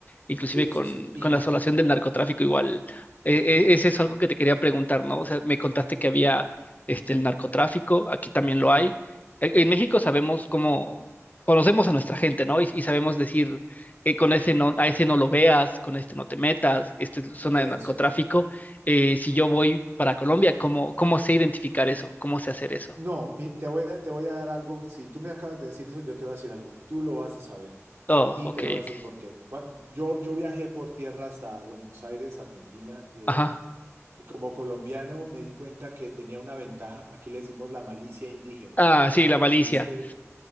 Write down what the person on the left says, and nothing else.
inclusive
con,
con la asolación del narcotráfico igual. Eh, eh, es eso algo que te quería preguntar, ¿no? O sea, me contaste que había este, el narcotráfico, aquí también lo hay. E- En México sabemos cómo, conocemos a nuestra gente, ¿no? Y, y sabemos decir, eh, con ese no, a ese no lo veas, con este no te metas, esta es zona
de narcotráfico. Eh, si yo voy para Colombia, ¿cómo, cómo sé identificar eso? ¿Cómo sé hacer eso?
Oh,
ok,
ok.
Ajá.
Ah, sí, la malicia.